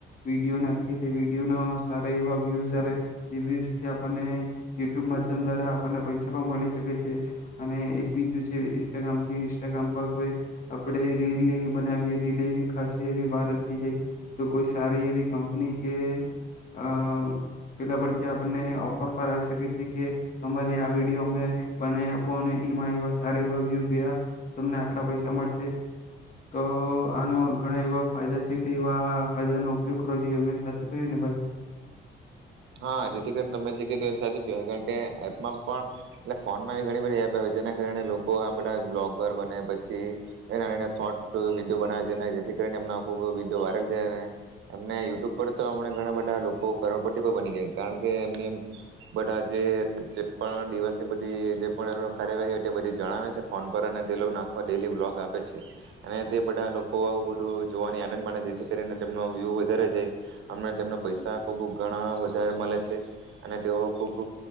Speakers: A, on the left (about 45°); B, on the right (about 75°).
A: વિડીયો નાખીએ તે વિડીયો ન સારા એવા વ્યુઝ આવે એ વ્યુઝથી આપણને યુટ્યુબ માધ્યમ દ્વારા આપણને પૈસા સા મળી શકે છે અને એક બીજું છે ઇન્સ્ટાગ્રામ થી ઇન્સ્ટાગ્રામ પર કોઈ આપણે રીલ બનાવી રીલ એવી ખાસ એવી વાયરલ થઈ જાય તો કોઈ સારી એવી કંપની કે અ પેલા પરથી આપણને ઓફર પર આવી શકે છે કે તમારી આ વી બીયો અમે બના આપો અને એમાં એવા સારા એવા વ્યુ ગયા તમને આટલા પૈસા મળશે તો આનો ઘણા એવા ફાયદા છે તે એવા ફાયદા ન ઉપયોગ કરવો જોઈએ મેં સાચું કયું ને ભાઈ.
B: હા જેથી કરી તમે જગ્યા સાચી કહેવાય કારણ કે એપમાં પણ એ ફોનમાં એ ઘણી બધી એપ આવે જેના કારણે લોકો આમ બધા બ્લોગર બને પછી એના એ શોટ વિડીયો બનાવે છે જેના એ જેથી કરીને ખુબ વિડીયો વાયરલ થયા ને એમને યુટ્યુબ પર તો મને ઘણા બધા લોકો કરોડપ ટેવ બની ગઈ કારણ કે એમની બધા જે પણ દિવસની બધી જે પણ એનો કાર્યવાહી હોય તે બઘી જણાવે છે ફોન પર અને ડેલો નાખો એને ડેલી બ્લોગ આપે છે અને તે બધા લોકો આવું બધું જોવા ની આનંદ મળે છે જેથી કરીને તેમનો વ્યુ વધારે જાય અને તેમ પૈસા ખુબ ઘણા વધારે મળે છે અને તેઓ ખૂબ